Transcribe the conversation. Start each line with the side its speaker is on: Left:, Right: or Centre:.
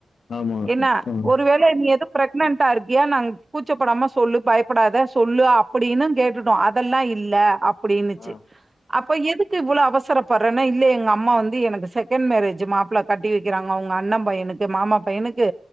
Left: ஆமா
Right: என்ன
Left: ஆ
Right: ஒருவேள நீ எதும் ப்ரக்னென்ட்டா இருக்கியா நாங்க கூச்சப்படாம சொல்லு பயப்படாத சொல்லு அப்டின்னு கேட்டுட்டோம் அதெல்லாம் இல்ல அப் அப்டினுச்சு
Left: ஆ
Right: அப்ப எதுக்கு இவ்ளவு அவசரப்படுறேன்னா இல்ல எங்க அம்மா வந்து எனக்கு செகண்ட் மேரேஜ் மாப்பிளை கட்டி வைக்கிறாங்க அவுங்க அண்ணன் பையனுக்கு மாமா பையனுக்கு